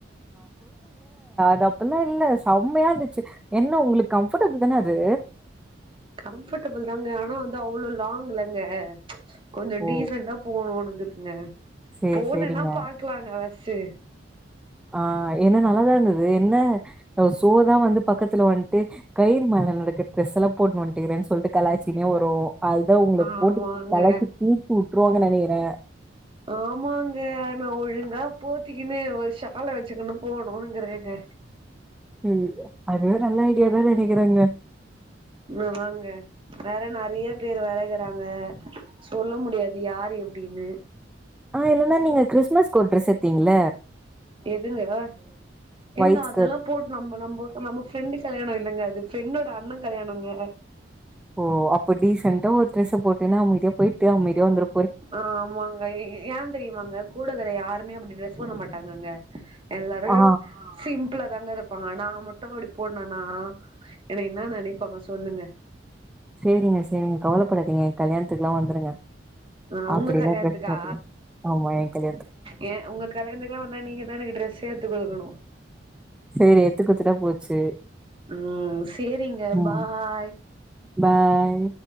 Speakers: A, in the centre; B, on the right (about 30°).
A: அ அப்பல்லா இல்ல செம்மையா இருந்துச்சு என்ன உங்ளுக்கு கம்ஃபர்டபிள் தானே அது
B: கம்ஃபர்டபிள் தாங்க ஆனா வந்து அவ்ளோ லாங் லங்க கொஞ்சோ
A: ஓ!
B: டிசன்ட போணுங் <unintelligible>
A: சரி,
B: போணனா
A: சரிங்க.
B: பாக்கலாங்க ஃபஸ் செரி
A: ஆ என்ன நல்லாதா இருந்தது என்ன சோ தா வந்து பக்கத்துல வன்ட்டு கயிறு மேல நடக்குற ட்ரெஸ் எல்லா போட்டுனு வந்துட்டுகிறேன்னு சொல்லிட்டு கலாச்சினே வரோ அதுதா உங்ளுக்கு
B: ஆமாங்க
A: போட்டு பலகிட்டு <unintelligible> விட்ரோ நனைக்கிற
B: ஆமாங்க ஒழுங்கா போத்திக்குனு ஒரு ஹால வச்சுக்கன்னு போணுனுங்றேங்க
A: ம் அதுவே நல்ல ஐடியாாதா நனைகிறேங்க
B: வாங்க வேற நறைய பேர் வறகுறாங்க சொல்ல முடியாது யாரு எ அப்டின்னு
A: ஆஹ் இல்லன்னா நீங்க கிறிஸ்மஸ் கொர் ட்ரெஸ் எத்தீங்கள
B: எதுங்க ஏங்க
A: ஒயிட் ஸ்கர்ட்
B: அதெல்லா போட்டு நம்ம நம்ம நம்ம ஃப்ரெண்ட் கல்யாணோ இல்லங்க அது என்னோட அண்ண கல்யாணோங்க
A: ஓ அப்போ டிசெண்டா ஒரு ட்ரெஸை போட்டுனு அமைதியா போயிட்டு அமைதியா வந்துற
B: ஆஹ் ஆமாங்க ஏ தெரியுமாங்க கூடகரை யாருமே அப்டி டிரெஸ் பண்ண மாட்டாங்க ங்கங்க எல்லாரு
A: ஆ
B: சிம்பள தாங்க இரு பா நா மட்டோ அப்டி போட்னோனா என்ன இன்ன நெனைப்பாங்க சொல்லுங்க
A: செரிங்க செரிங்க கவலபடாதீங்க ஏ கல்யாணத்துக்கு எல்லா வந்துருங்க
B: ஆ
A: அப்டில்லா
B: உங்க கல்யாணத்துகா
A: ட்ரெஸ் போட்டுக்க ஆமா என் கல்யாணத்துக்கு
B: ஏ உங்க கல்யாணத்துக்கு எல்லா வந்தா நீங்கதா எனக்கு ட்ரெஸ்ஸே எடுத்துக் குடுக்கணோ
A: செரி எத்துகுடுதுட்டா போச்சு
B: ம் செரிங்க
A: ம்
B: பாய்
A: பாய்